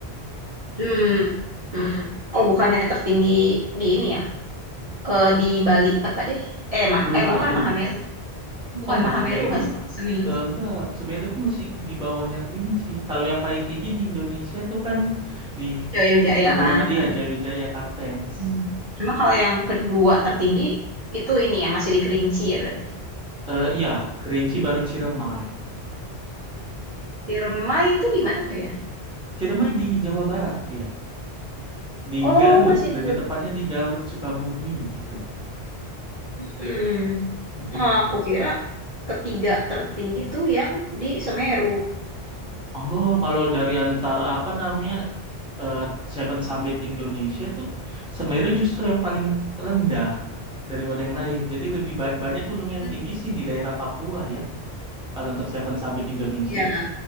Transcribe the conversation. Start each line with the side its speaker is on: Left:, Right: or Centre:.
Right: Hmm. Hmm. Oh, bukannya tertinggi di ini ya? eh, di Bali apa deh? Eh, mah
Centre: Gunung
Right: eh
Centre: Agung.
Right: bukan Mahameru. Bukan
Centre: Oh, Mameru
Right: Mahameru nggak sih? Semeru,
Centre: eh, enggak, Semeru itu masih di bawahnya Kerinci. Kalau yang paling tinggi di Indonesia itu kan di
Right: Jaya Wijaya
Centre: pegunungan
Right: kan. Ah.
Centre: iya Jayawijaya Kartens.
Right: Hmm. Cuma kalau yang kedua tertinggi itu ini ya masih di Kerinci ya berarti.
Centre: Eh, iya, Kerinci baru Ciremai.
Right: Ciremai itu di mana tuh ya?
Centre: Ciremai di Jawa Barat ya, di
Right: Oh,
Centre: Garut,
Right: masih
Centre: lebih
Right: di Jogja.
Centre: tepatnya di Garut Sukabumi gitu.
Right: Hmm.
Centre: Mm-mm.
Right: Nah, aku kira ketiga tertinggi tuh yang di Semeru.
Centre: Enggak, kalau dari antara apa namanya eh, Seven Summit Indonesia tuh Semeru justru yang paling rendah daripada yang lain. Jadi lebih ba- banyak gunung yang
Right: Hmm.
Centre: tinggi sih di daerah Papua ya. Kalau untuk Seven Summit Indonesia,
Right: Ya,